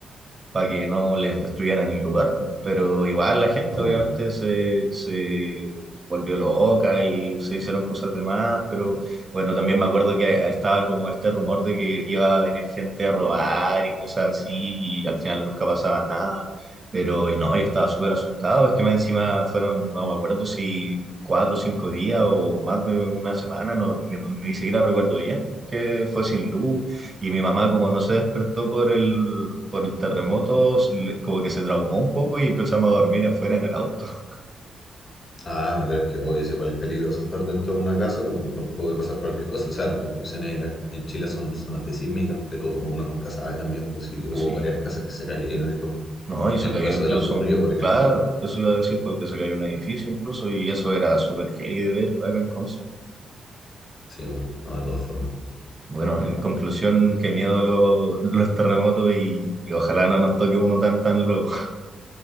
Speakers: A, on the right (about 30°); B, on the left (about 40°).
A: para que no les destruyeran el lugar, pues. Pero igual la gente
B: no,
A: obviamente
B: yo
A: se, se volvió loca y se hicieron cosas de más, pero bueno, también me acuerdo que estaba como este rumor de que iba a venir gente a robar y cosas así, y al final nunca pasaba nada. Pero y no, yo estaba súper asustado, es que más encima fueron, no me acuerdo si cuatro o cinco días o más de una semana, no, ni, ni siquiera recuerdo bien, que fue sin luz y mi mamá, como no se despertó por el, por el terremoto, s- le- como que se traumó un poco y empezamos a dormir afuera en el auto. <laughs>
B: Ah, pero es que obvio, es igual es peligroso estar dentro de una casa, por, por- puede pasar cualquier cosa. O sea, las construcciones ac- en Chile son, son antisísmicas, pero uno nunca sabe también, pues si hubo
A: Sí,
B: varias casas que se cayeron y todo.
A: no,
B: El
A: y se
B: mismo
A: cayó
B: caso
A: incluso,
B: del Alto
A: un-
B: Río, por ejemplo.
A: claro, eso iba a decir porque se cayó un edificio incluso y eso era súper heavy de ver acá en Conce.
B: Sí, pues, no, de todas formas.
A: Bueno, en conclusión, qué miedo lo- los terremotos y ojalá no nos toque uno tan tan luego. <laughs>